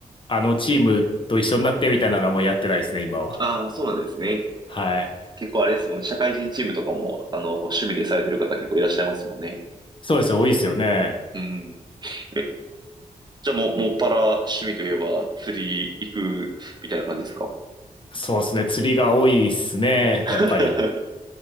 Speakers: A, on the left; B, on the right.
A: あの、チームと一緒になってみたいなのはもうやってないですね、今は。
B: ああ、そうなんですね。
A: はい。
B: 結構あれですもんね。社会人チームとかも、あの、趣味でされてる方結構いらっしゃいますもんね。
A: そうですよ、多いですよね。
B: うん。え、じゃあもう、もっぱら趣味といえば釣り行くみたいな感じですか
A: そうですね、釣りが多いですね、
B: <laughs>
A: やっぱり。